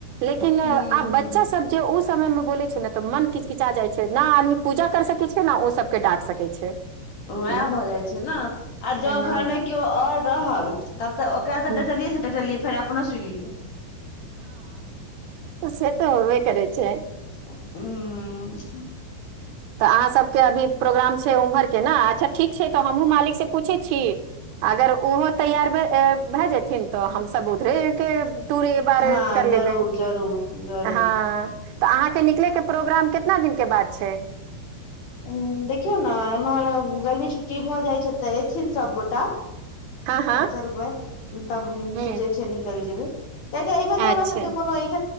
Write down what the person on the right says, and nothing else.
लेकिन
आब बच्चा सब जे उस समय में बोले छै ने तऽ मन किच कििचा जाइ छै न आदमी पूज कर सकै छै न ओ सब के डाट सकै छै ह
हँ
हँ
हँ
से तऽ हबे करै छैै
तऽ अहाँसभके अभी प्रोग्राम छै उम्हरके ने अच्छा ठीक छै तऽ हमहूँ मालिकसँ पूछैत छी अगर ओहो तैयार भए जेथिन तऽ हमस उधरे के ूरे बार
कर
लेबै
हँ तऽ अहाँके निकले के प्रोग्राम केितना दिनक के बाद छै
हँ हँ
हूँ
अच्छा